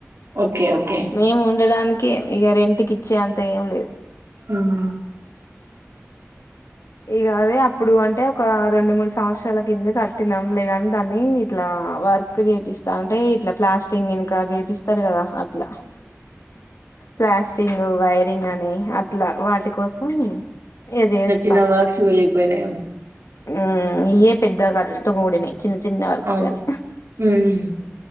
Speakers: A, on the right; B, on the left.
A: ఓకే ఓకే
B: మేము ఉండడానికి ఇగ రెంట్ కిచ్చే అంత ఏం లేదు
A: మ్
B: ఇగ అదే అప్పుడు అంటే ఒక రెండు మూడు సంవత్సరాల కింద కట్టినాం లేదని దాన్ని ఇట్లా వర్క్ చేపిస్తా అంటే ఇట్లా ప్లాస్టిక్ ఇనుక చేపిస్ ారు కదా అట్లా ప్లాస్ ంగ్ వైరింగ్ అని అట్లా వాటి కోసం ఇగ చెస్
A: ఇల వర్క్స్ మిలిపోయినై ఏమో
B: మ్ ఇయ్యే పెద్ద ఖర్చుతో కూడినయి చిన్న చిన్న వర్క్స్
A: అవును
B: గాని
A: ఉమ్